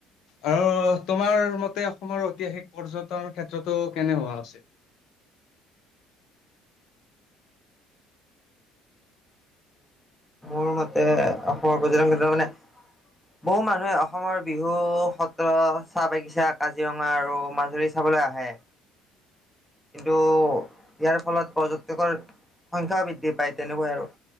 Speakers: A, on the left; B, in the centre.
A: আৰু তোমাৰ মতে অসমৰ ঐতিহাসিক পৰ্যটন ক্ষেত্ৰতো কেনে হোৱা উচিত।
B: মৰ মতে অসমৰ পৰ্যটন ক্ষেত্ৰ মানে। বহু মানুহে অসমৰ বিহু, সত্ৰ চাহ বাগিচা কাজিৰঙা আৰু মাজুলীত চাবলে আহে। কিন্তু ইয়াৰ ফলত পৰ্যটকৰ সংখ্যাও বৃদ্ধি পায় তেনেকুৱাই আৰু।